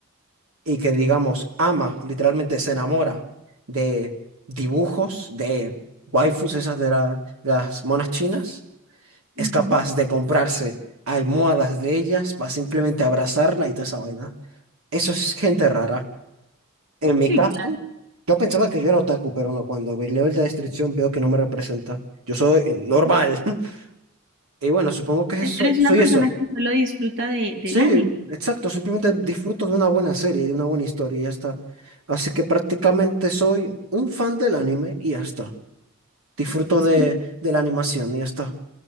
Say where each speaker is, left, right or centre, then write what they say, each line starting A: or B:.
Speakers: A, on the right; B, on the right.
A: y que digamos, ama, literalmente se enamora de dibujos, de waifus, esas de la- las monas chinas, es
B: Ujú.
A: capaz de comprarse almohadas de ellas para simplemente abrazarla y toda esa vaina. Eso es gente rara. En mi
B: Sí,
A: caso,
B: claro.
A: yo pensaba que yo era otaku, pero no, cuando ve- leo la descripción veo que no me representa. Yo soy normal. <laughs> Y bueno, supongo que eso,
B: Eres una
A: soy
B: persona
A: eso.
B: que solo disfruta de, del
A: Sí,
B: anime.
A: exacto, simplemente disfruto de una buena serie y de una buena historia y ya está. Así que prácticamente soy un fan del anime y ya está. Disfruto
B: Sí,
A: de, de la animación y ya está.